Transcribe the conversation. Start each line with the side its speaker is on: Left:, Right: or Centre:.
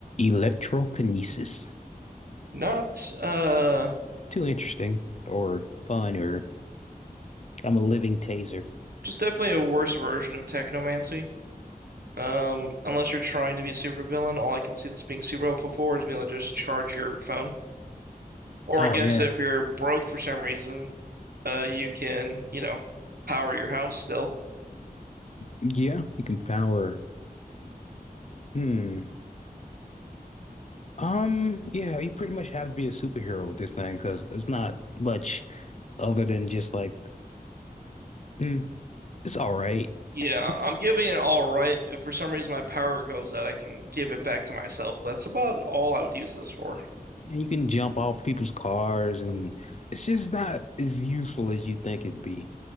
Left: Electrokinesis.
Right: Not uh
Left: Too interesting or fun or I'm a living taser.
Right: just definitely a worse version of technomancy. Um, unless you're trying to be a supervillain, all I can see this being super helpful for is being able to just charge your phone. Or
Left: oh
Right: I guess
Left: yeah.
Right: if you're broke for some reason, uh you can, you know, power your house still.
Left: Yeah, you can power. Hmm. Um, yeah, you pretty much have to be a superhero with this thing because it's not much other than just like, mm, it's all right.
Right: Yeah,
Left: <laughs>
Right: I'm giving it all right. If for some reason my power goes out, I can give it back to myself. That's about all I would use this for.
Left: And You can jump off people's cars and it's just not as useful as you think it'd be